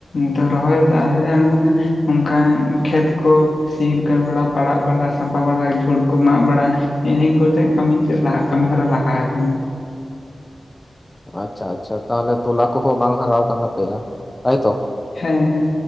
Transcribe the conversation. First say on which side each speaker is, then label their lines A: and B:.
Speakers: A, on the left; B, on the left.
A: ᱫᱚ ᱨᱚᱦᱚᱭ ᱫᱚ ᱟᱹᱣᱨᱤ ᱞᱮ ᱟᱬᱜᱚᱱᱟ ᱚᱱᱠᱟ ᱠᱷᱮᱛ ᱠᱚ ᱥᱤ ᱠᱚ ᱵᱟᱲᱟ। ᱯᱟᱲᱟᱜ ᱵᱟᱲᱟ ᱥᱟᱯᱷᱟ ᱵᱟᱲᱟ ᱡᱷᱩᱲ ᱠᱚ ᱢᱟᱜ ᱵᱟᱲᱟ ᱦᱤᱜᱼᱤ ᱱᱤᱭᱟᱹ ᱠᱚᱛᱮ ᱠᱟᱹᱢᱤ ᱪᱮᱫ ᱞᱟᱦᱟᱜ ᱠᱟᱹᱢᱤ ᱦᱚᱨᱟ ᱞᱟᱦᱟ ᱟᱠᱟᱱᱟ?
B: ᱟᱪᱪᱷᱟ ᱟᱪᱪᱷᱟ ᱛᱟᱦᱚᱞᱮ ᱛᱚᱞᱟ ᱠᱚᱦᱚᱸ ᱵᱟᱝ ᱦᱟᱨᱟᱣ ᱠᱟᱱ ᱛᱟᱯᱮᱭᱟ ᱛᱟᱹᱭ ᱛᱚ?
A: ᱦᱮᱸ ᱦᱮᱸ